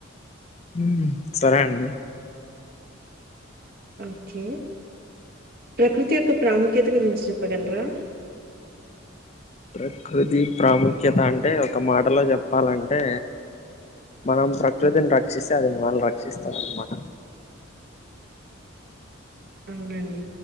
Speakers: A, on the left; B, on the right.
A: మ్ సరే అండి
B: ఓకే ప్రకృతి యొక్క ప్రాముఖ్యత గురించి చె ప్పగలరా
A: ప్రకృతి ప్రాముఖ్యత అంటే ఒక మాటలో చెప్పాలంటే మనం ప్రకృతిని
B: హ్మ్.
A: రక్షిస్తే అది మనల్ని రక్షిస్తారన్నమాట
B: అవునండి